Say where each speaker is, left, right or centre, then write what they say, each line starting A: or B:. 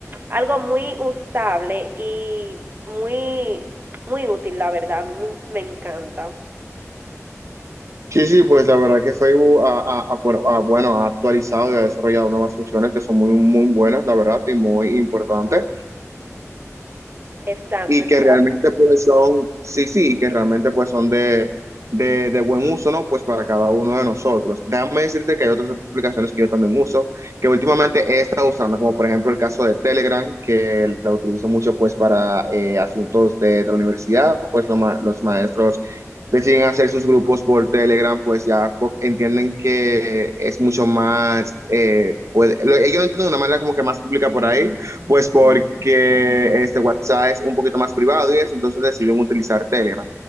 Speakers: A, on the right; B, on the right.
A: algo muy usable y muy muy útil la verdad a mí me encanta
B: Sí, sí, pues la verdad que Facebook ha, ha- ha, bueno, ha, bueno, ha actualizado y ha desarrollado nuevas funciones que son muy, muy buenas, la verdad, y muy importantes
A: exacto
B: y
A: exacto
B: que realmente pues son, sí, sí, y que realmente pues son de, de, de buen uso, ¿no? Pues para cada uno de nosotros. Déjame decirte que hay otras aplicaciones que yo también uso, que últimamente he estado usando, como por ejemplo el caso de Telegram, que lo utilizo mucho pues para eh, asuntos de, de la universidad, pues lo ma- los maestros deciden hacer sus grupos por Telegram, pues ya po- entienden que es mucho más, eh, pues lo- ellos lo entienden de una manera como que más pública por ahí pues porque este WhatsApp es un poquito más privado y eso, entonces decidieron utilizar Telegram.